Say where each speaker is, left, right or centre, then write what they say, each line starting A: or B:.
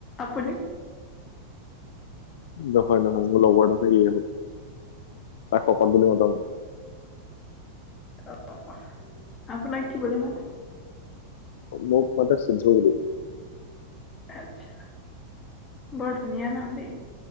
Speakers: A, on the left; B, on the left.
A: আপুনি?
B: নহয়, নহয়। মোৰ লগৰ <unintelligible> তাক শকত বুলি মাতাম
A: অ', আপোনাক কি বুলি মাতে?
B: মোক মাতে সূৰ্য্য বুলি।
A: আটচা বৰ ধুনীয়া নাম দেই।